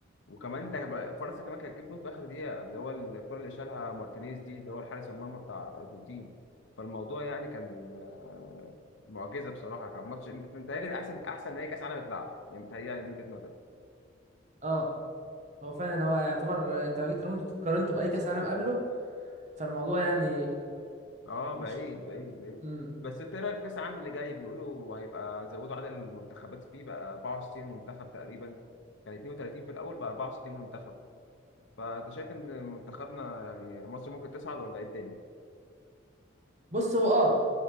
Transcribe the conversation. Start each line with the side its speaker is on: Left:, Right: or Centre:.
Left: وكمان ده بقى- فرنسا كمان كانت جاب جون في اخر دقيقة اللي هو الكرة اللي شالها مارتينيز دي اللي هو الحارس المرمى بتاع الارجنتين فالموضوع يعني كان آه، معجزة بصراحة كان ماتش متهيألي ده احسن احسن نهائي كاس عالم اتلعب يعني متهيألي من وجهة نظري
Right: اه هو فعلا هو يعتبر آه، انت لو جيت قارنته قارنته باي كاس عالم قبله فالموضوع يعني
Left: اه
Right: مش
Left: بعيد بعيد بعيد
Right: امم
Left: بس انت ايه رايك في كاس العالم اللي جاي بيقولوا هيبقى زودوا عدد المنتخبات فيه بقى 64 منتخب تقريبا كان 32 في الاول بقى 64 منتخب فانت شايف ان منتخبنا يعني مصر ممكن تصعد ولا ايه الدنيا؟
Right: بص هو اه